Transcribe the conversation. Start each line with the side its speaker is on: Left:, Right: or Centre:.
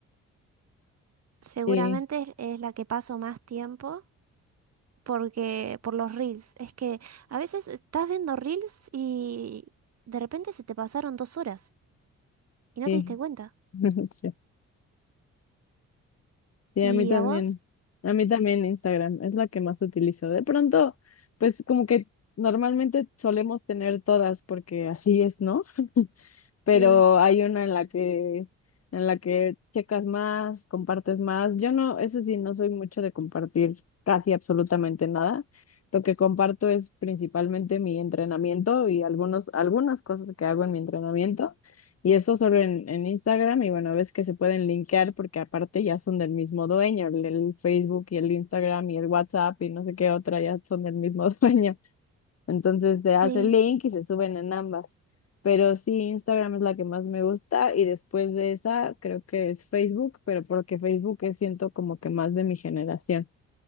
Right: seguramente
Left: Sí,
Right: es, es la que paso más tiempo. porque por los reels. Es que a veces estás viendo reels y de repente se te pasaron dos horas y no
Left: sí,
Right: te diste cuenta.
Left: <laughs> sí, sí,
Right: ¿Y
Left: a mí también.
Right: a vos?
Left: A mí también Instagram es la que más utilizo. De pronto, pues como que normalmente solemos tener todas porque así es, ¿no? pero
Right: Sí,
Left: hay una en la que en la que checas más, compartes más. Yo no, eso sí, no soy mucho de compartir casi absolutamente nada. Lo que comparto es principalmente mi entrenamiento y algunos, algunas cosas que hago en mi entrenamiento. Y eso solo en, en Instagram. Y bueno, ves que se pueden linkear porque aparte ya son del mismo dueño. El, el Facebook y el Instagram y el WhatsApp y no sé qué otra ya son del mismo <laughs> dueño. Entonces se hace
Right: sí.
Left: el link y se suben en ambas. Pero sí, Instagram es la que más me gusta y después de esa creo que es Facebook, pero porque Facebook es siento como que más de mi generación.